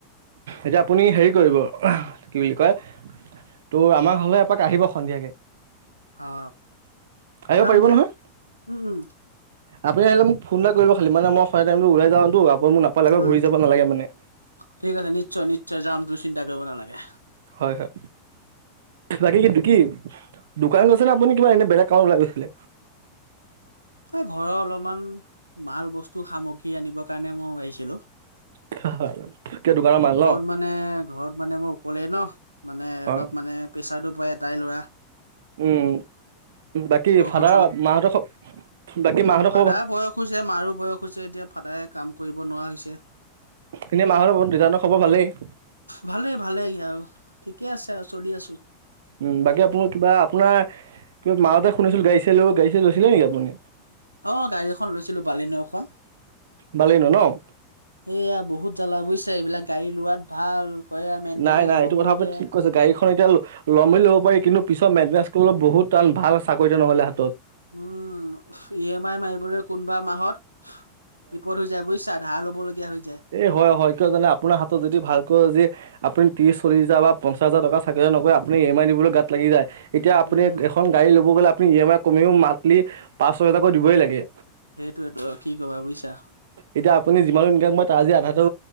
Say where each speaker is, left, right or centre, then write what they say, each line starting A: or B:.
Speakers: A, on the right; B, on the right.
A: এতিয়া আপুনি হেৰি কৰিব কি বুলি কয় ত', আমাৰ ঘৰলে এপাক আহিব সন্ধিয়াকে।
B: অ,
A: আহিব
B: যাম
A: পাৰিব
B: দিয়া,
A: নহয়
B: উম, উম।
A: আপুনি আহিলে মোক ফোন এটা কৰিব খালি মানে মই খোৱা টাইমতো ওলাই যাওঁতো আপোনি মোক নাপালে
B: উম
A: ঘূৰি যাব নালাগে মানে।
B: ঠিক আছে নিশ্চয় নিশ্চয় যাম তুমি চিন্তা কৰিব নালাগে।
A: হয়, হয়। বাকী কিন্ত কি? দোকানত গৈছে নে কিবা এনে বেলেগ কামত ওলাই গৈছিলে?
B: এ ঘৰৰ অলপমান মাল বস্তু সামগ্ৰী আনিবৰ কাৰণে মই আহিছিলো।
A: <unintelligible> কিবা দোকানৰ মাল ন
B: ঘৰত মানে ঘৰত মানে মই উকলেই ন, মানে
A: হয়
B: অলপ মানে প্ৰেছাৰটো পৰে এটাই ল'ৰা।
A: উম, বাকী
B: ঘৰখন
A: ফাদাৰ মাহঁতৰ খব বাকী মাহঁতৰ খব
B: ফাদাৰৰ বয়স হৈছে মাৰো বয়স হৈছে এতিয়া ফাদাৰে কাম কৰিব নোৱাৰা হৈছে।
A: এনেই মাহঁতৰ দেতাহঁতৰ খবৰ ভালেই।
B: ভালেই ভালেই আৰু ঠিকে আছে আৰু চলি আছো।
A: উম, বাকী আপোন কিবা আপোনাৰ কিবা মাজতে শুনিছিলো গাড়ী চাই লব গাড়ী চাই লৈছিলে নেকি আপুনি?
B: অ, গাড়ী এখন লৈছিলোঁ বালিন' এখন।
A: বালিন' ন'?
B: এইয়া বহুত জ্বালা বুজিছে এইবিলাক গাড়ী লোৱাত ভাল কয় মেনটেনেইন্চ
A: নাই নাই
B: বহুতে
A: এইটো কথা আপুনি ঠিক
B: এ
A: গাড়ীখন এতিয়া ল'ম বুলি ল'ব পাৰি কিন্তু পিছত মেন্তেনেচ কৰিবলৈ টান ভাল চাকৰি এটা নহ'লে হাতত।
B: উম, ই এম আই মাৰিবলৈ কোনোবা মাহত বিপদ হৈ হৈ যায় বুজিছা, ধাৰ ল'বলগীয়া হৈ যায়।
A: এ, হয় হয় কিয় জানে আপোনাৰ হাতত যদি ভালকৈ যে আপুনি ত্ৰিছ চল্লিছ হাজাৰ বা পঞ্চাছ হাজাৰ টকাৰ চাকৰি এটা নকৰে আপুনি ই এম আই দিব মোৰো গাত লাগি যায়, এতিয়া আপুনি
B: উম
A: এখন গাড়ী ল'ব গ'লে আপুনি ই এম আই কমেও মান্থলি পাঁচ ছয় হজাৰাকৈ দিবই লাগে।
B: সেইটোৱেতো আৰু কি ক'বা বুজিছা।
A: এতিয়া আপুনি যিমানেই <unintelligible> আজি আধাটো